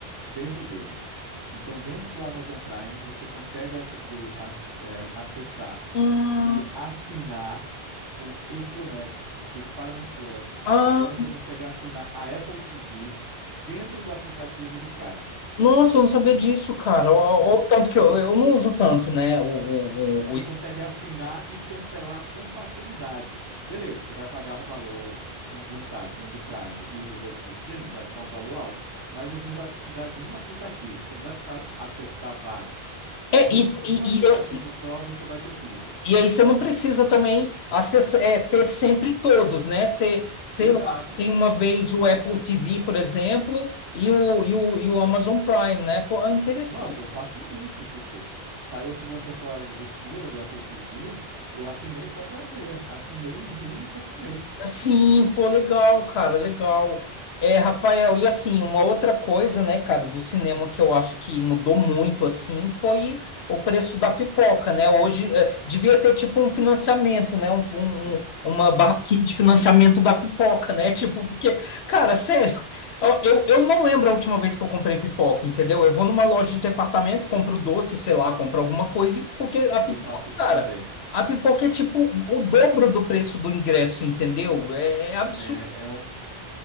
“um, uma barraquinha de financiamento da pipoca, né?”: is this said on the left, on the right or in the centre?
Left